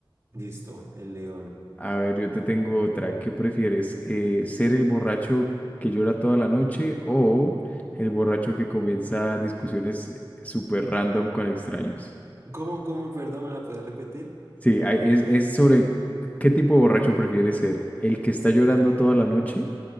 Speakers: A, on the right; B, on the left.
A: Listo, el león.
B: A ver, yo te tengo otra. ¿Qué prefieres? Eh, ¿ser el borracho que llora toda la noche o el borracho que comienza discusiones eh, súper random con extraños?
A: ¿Cómo, cómo, perdón, me la puedes repetir?
B: Sí, hay- es, es sobre qué tipo de borracho prefieres ser. ¿El que está llorando toda la noche?